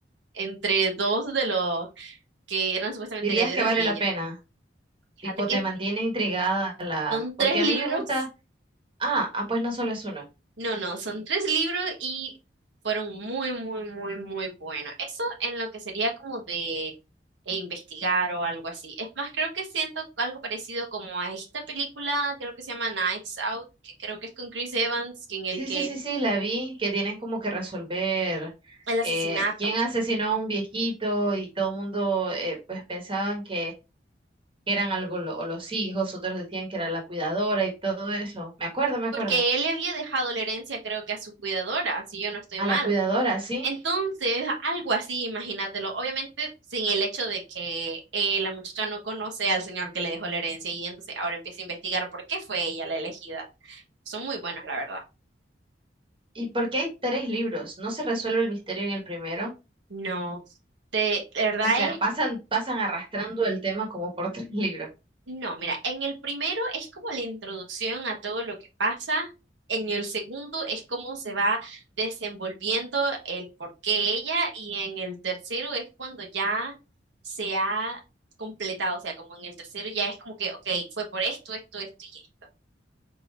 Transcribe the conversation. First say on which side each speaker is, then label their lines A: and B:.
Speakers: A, on the right; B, on the right.
A: entre dos de los que eran supuestamente
B: ¿Dirías
A: herederos
B: que vale
A: y
B: la
A: ella.
B: pena?
A: Fíjate
B: Tipo,
A: que
B: te mantiene intrigada la...
A: son
B: Porque
A: tres libros.
B: a mí me gusta... Ah, ah, pues no solo es uno.
A: No, no, son tres libros y fueron muy, muy, muy, muy buenos. Eso en lo que sería como de eh, investigar o algo así. Es más, creo que siento algo parecido como a esta película, creo que se llama Nights Out, que creo que es con Chris Evans, en el
B: Sí,
A: que
B: sí, sí, sí, la vi, que tienen como que resolver
A: el asesinato,
B: eh, quién asesinó a un viejito y todo el mundo eh, pues pensaban que que eran algo lo- los hijos, otros decían que era la cuidadora y todo eso. Me acuerdo, me acuerdo.
A: porque él le había dejado la herencia, creo que a su cuidadora, si yo no estoy
B: A
A: mal.
B: la cuidadora, sí.
A: Entonces, algo así, imagínatelo. Obviamente, sin el hecho de que eh, la muchacha no conoce al señor que le dejó la herencia y entonces ahora empieza a investigar por qué fue ella la elegida. Son muy buenos, la verdad.
B: ¿Y por qué hay tres libros? ¿No se resuelve el misterio en el primero?
A: No, de, la verdad
B: O sea, pasan, pasan arrastrando el tema como por <laughs> tres libros.
A: No, mira, en el primero es como la introducción a todo lo que pasa. En el segundo es cómo se va desenvolviendo el por qué ella. Y en el tercero es cuando ya se ha completado. O sea, como en el tercero ya es como que, ok, fue por esto, esto, esto y esto.